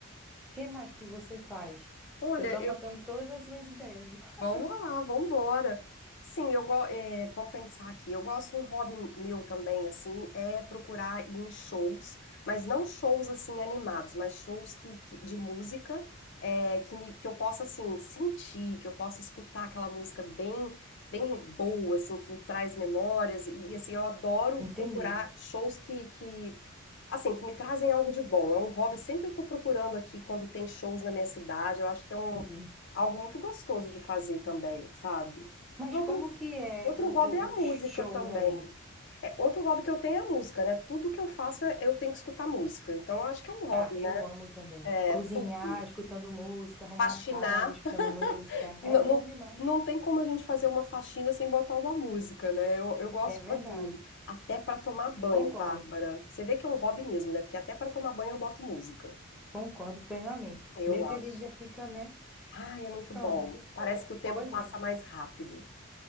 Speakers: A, in the centre; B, on the left.
A: que mais que você faz?
B: Olha,
A: Que eu estou anotando todas as suas ideias, viu? <laughs>
B: Vamos lá, vamos embora. Sim, eu go... é, vamos pensar aqui. Eu gosto, um hobby meu também, assim, é procurar ir em shows, mas não shows assim animados, mas shows que, que- de música é, que, me, que eu possa assim sentir, que eu possa escutar aquela música bem bem boa, assim, que me traz memórias e, e, assim eu adoro
A: Entendi,
B: procurar shows que, que assim que me trazem algo de bom. É um hobby sempre eu estou procurando aqui quando tem shows na minha cidade. Eu acho que é um
A: entendi.
B: algo muito gostoso de fazer também, sabe?
A: Mas
B: E outro,
A: como que é
B: outro
A: o,
B: hobby é a
A: o- os
B: música
A: shows
B: também.
A: aí?
B: É, outro hobby que eu tenho é a música, né? Tudo que eu faço é- eu tenho que escutar música. Então eu acho que é um hobby,
A: Tá, eu
B: né?
A: amo também.
B: É,
A: Cozinhar,
B: tudo.
A: escutando música, arrumar
B: Faxinar.
A: a casa, escutando
B: <laughs>
A: música.
B: Não,
A: É bom
B: não,
A: demais.
B: não tem como a gente fazer uma faxina sem botar uma música, né? Eu, eu gosto
A: É verdade.
B: pra tudo. Até pra tomar banho,
A: Concordo,
B: Bárbara. Você vê que é um hobby mesmo, né? Porque até pra tomar banho eu boto música.
A: concordo plenamente.
B: Eu
A: Meio
B: acho.
A: que a gente já fica, né?
B: Ai, é muito
A: Pronto.
B: bom. Parece que o tempo
A: Pois
B: passa
A: é.
B: mais rápido.